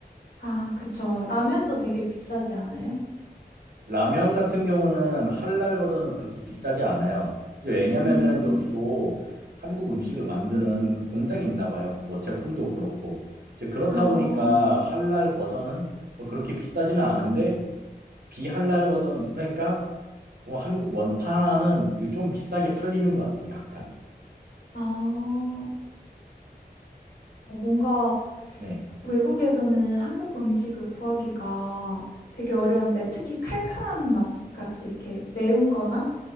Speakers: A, on the left; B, on the right.
A: 아, 그쵸. 라면도 되게 비싸지 않아요?
B: 라면 같은 경우는 할랄 버전은 그렇게 비싸지 않아요. 이제 왜냐면은
A: 음,
B: 여기도 한국 음식을 만드는 그 공장이 있나 봐요. 뭐 제품도 그렇고. 이제 그렇다
A: 아
B: 보니까 할랄 버전은 뭐 그렇게 비싸지는 않은데 비할랄 버전 그러니까 뭐 한국 원판은 이게 좀 비싸게 팔리는 것 같아요. 약간.
A: 아, 어, 뭔가
B: 네.
A: 외국에서는 한국 음식을 구하기가 되게 어려운데 특히 칼칼한 맛 같이 이렇게 매운 거나